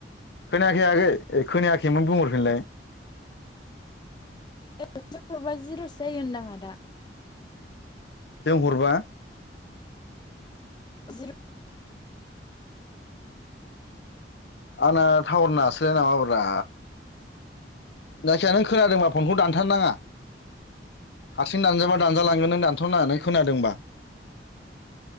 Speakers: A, on the left; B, on the left.
A: खोनायाखै आगै ए खोनायाखैमोन बुंहरफिनलाय
B: ए जबा जिर'सो जायो होनदां आं आदा
A: जों हरबा
B: जिर
A: आंना टावार‌ नाङा सैलाय नामा ब्रा जायखिया नों खोनादोंबा फनखौ दानथारनाङा हारसिं दानजाबा दानजालांगोन नों दानथ'नोनानै खोनादोंबा